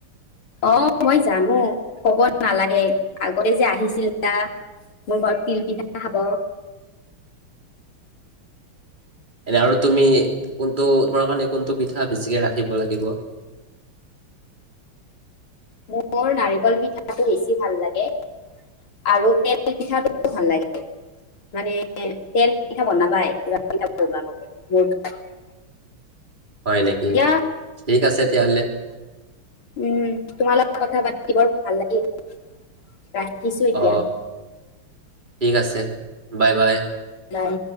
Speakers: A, on the left; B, on the right.
A: অ' মই জানো ক'ব নালাগে আগতে যে আহিছিলা মোৰ ঘৰত তিলপিঠা খাব।
B: এনে আৰু তুমি কোনটো তোমাৰ কাৰণে কোনটো পিঠা বেছিকে ৰাখিব লাগিব?
A: মোৰ নাৰিকল পিঠাটো বেছি ভাল লাগে, আৰু তেল পিঠাটো ভাল লাগে মানে তেল পিঠা বনাবাই কিবা পিঠা বনোৱা নবনোৱা মোৰ কাৰণে।
B: হয় নেকি
A: দিয়া
B: ঠিক আছে তেতিয়াহ'লে
A: উম তোমালকে কথা পা <unintelligible> শুনি বৰ ভাল লাগিল দিছোঁ এতিয়া
B: অ ঠিক আছে বাই বাই
A: বাই